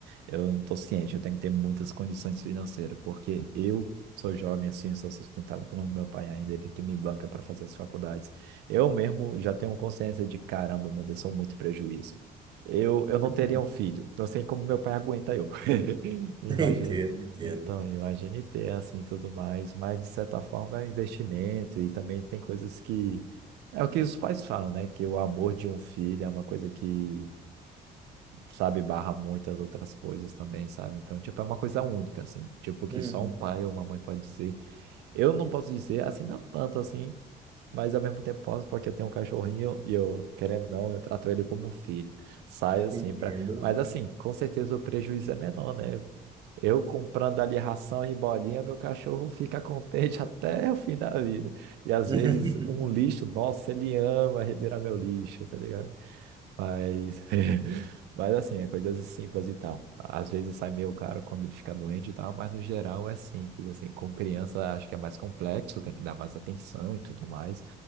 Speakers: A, on the right; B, on the right.
A: eu tô ciente, eu tenho que ter muitas condições financeiras, porque eu sou jovem, assim, sou sustentado pelo meu pai ainda, ele que me banca para fazer as faculdades. Eu mesmo já tenho consciência de, caramba, mano, eu sou muito prejuízo. Eu, eu não
B: <laughs>
A: teria um filho, não sei como meu pai aguenta eu. <laughs> Imagina.
B: Entendo, entendo.
A: Então, imagine ter assim tudo mais, mas de certa forma é um investimento e também tem coisas que é o que os pais falam, né? Que o amor de um filho é uma coisa que, sabe, barra muitas outras coisas também, sabe? Então, tipo, é uma coisa única, assim, tipo, que
B: Uhum,
A: só um pai ou uma mãe pode dizer. Eu não posso dizer, assim, não tanto assim, mas ao mesmo tempo posso, porque eu tenho um cachorrinho e eu, querendo ou não, eu trato ele como um filho. Saio assim
B: entendo.
A: pra. Mas assim, com certeza o prejuízo é menor, né? Eu comprando ali ração e bolinha, meu cachorro fica contente <laughs> até o fim da vida. E às
B: <laughs>
A: vezes um lixo, nossa, ele ama revirar meu lixo, tá ligado? Mas, <laughs> mas assim, é coisas simples e tal. Às vezes sai meio caro quando ele fica doente e tal, mas no geral é simples, assim. Com criança acho que é mais complexo, tem que dar mais atenção e tudo mais.